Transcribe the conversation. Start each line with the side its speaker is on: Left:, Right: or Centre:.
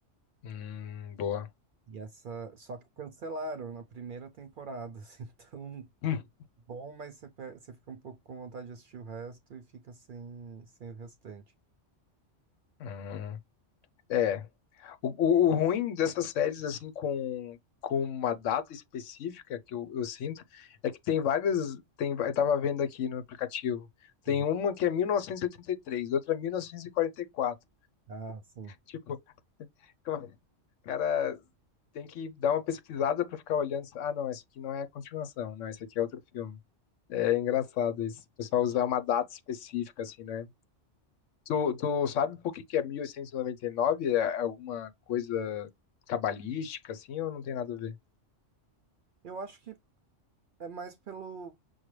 Left: Hum, boa.
Right: E essa. Só que cancelaram na primeira temporada, <laughs> assim. Então,
Left: Hum.
Right: bom, mas você, pe- você fica um pouco com vontade de assistir o resto e fica sem, sem o restante.
Left: Hum. É. O, o, o ruim dessas séries assim com com uma data específica que eu, eu sinto é que tem várias tem va- eu tava vendo aqui no aplicativo tem
Right: Uhum.
Left: uma que é 1983 outra mil novecentos e quarenta e quatro
Right: Ah, sim.
Left: Tipo, co- cara, tem que dar uma pesquisada pra ficar olhando. Ah, não, esse aqui não é a continuação. Não, esse aqui é outro filme. É engraçado isso. O pessoal usar uma data específica, assim, né? Tu, tu sabe por que que é 1899? É alguma coisa cabalística, assim, ou não tem nada a ver?
Right: Eu acho que é mais pelo,